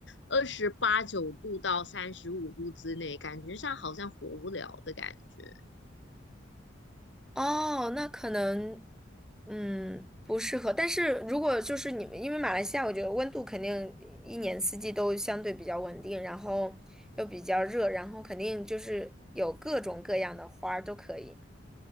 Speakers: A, on the left (about 70°); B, in the centre.
A: 二十八九度到三十五度之内，感觉上好像活不了的感觉。
B: 哦，那可能，嗯，不适合。但是如果就是你们，因为马来西亚，我觉得温度肯定一年四季都相对比较稳定，然后又比较热，然后肯定就是有各种各样的花儿都可以。